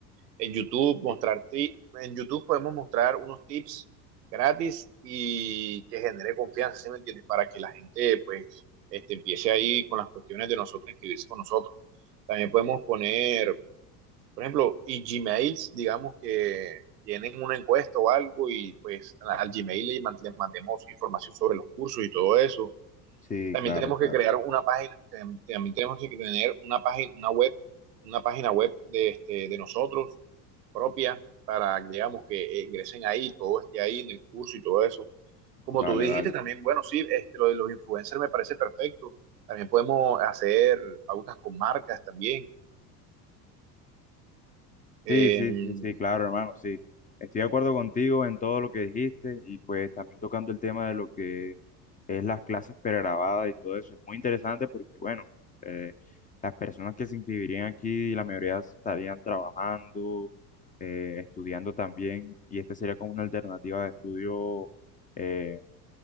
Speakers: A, on the right; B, on the left.
A: en YouTube, mostrar ti en YouTube podemos mostrar unos tips gratis y que genere confianza, ¿sí me entiendes? Para que la gente pues este, empiece ahí con las cuestiones de nosotros, inscribirse con nosotros. También podemos poner, por ejemplo, y Gmails, digamos que llenen una encuesta o algo y pues a- al Gmail le, man, le mandemos información sobre los cursos y todo eso.
B: Sí,
A: También
B: claro,
A: tenemos
B: claro.
A: que crear una página, em, también tenemos que tener una página, una web, una página web de, este, de nosotros propia para, digamos, que ingresen ahí, todo esté ahí en el curso y todo eso. Como
B: Vale,
A: tú dijiste
B: vale.
A: también, bueno, sí, este, lo de los influencers me parece perfecto. También podemos hacer pautas con marcas también. Eh,
B: Sí, sí, sí, sí, claro, hermano, sí. Estoy de acuerdo contigo en todo lo que dijiste y pues también tocando el tema de lo que es las clases pregrabadas y todo eso. Es muy interesante porque, bueno, eh, las personas que se inscribirían aquí, la mayoría estarían trabajando, eh, estudiando también y esta sería como una alternativa de estudio eh,